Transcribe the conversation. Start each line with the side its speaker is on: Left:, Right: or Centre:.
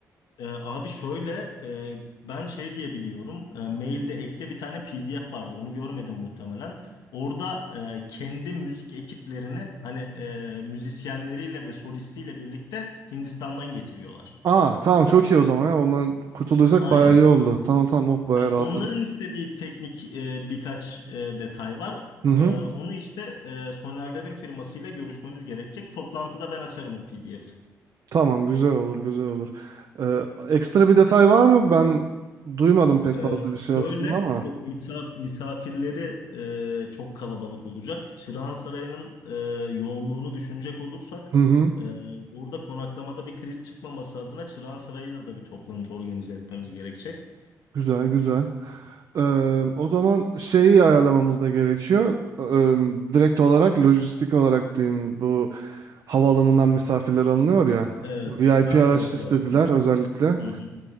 Left: E, abi şöyle e, ben şey diye biliyorum. E, mailde ekte bir tane PDF vardı. Onu görmedim muhtemelen. Orada e, kendi müzik ekiplerini hani e, müzisyenleriyle ve solistiyle birlikte Hindistan'dan getiriyorlar.
Right: Aa tamam çok iyi o zaman ya. Ondan kurtulduysak
Left: Aynen.
Right: bayağı iyi oldu. Tamam tamam oh bayağı rahatladık.
Left: Onların istediği teknik e, birkaç e, detay var.
Right: Hı hı.
Left: E, onu işte e, Soner'lerin firmasıyla görüşmemiz gerekecek. Toplantıda ben açarım o PDF.
Right: Tamam güzel olur güzel olur. Ee, ekstra bir detay var mı? Ben duymadım pek fazla
Left: E,
Right: bir şey aslında
Left: şöyle ko-
Right: ama.
Left: misa- misafirleri e, çok kalabalık olacak. Çırağan Sarayı'nın e, yoğunluğunu düşünecek olursak
Right: Hı hı.
Left: e, orada konaklamada bir kriz çıkmaması adına Çırağan Sarayı'yla da bir toplantı organize etmemiz gerekecek.
Right: Güzel güzel. Ee, o zaman şeyi ayarlamamız da gerekiyor. Ee, direkt olarak lojistik olarak diyeyim bu havaalanından misafirler alınıyor ya.
Left: Evet,
Right: VIP
Left: transfer
Right: araç
Left: operasyonu.
Right: istediler özellikle.
Left: Hı hı.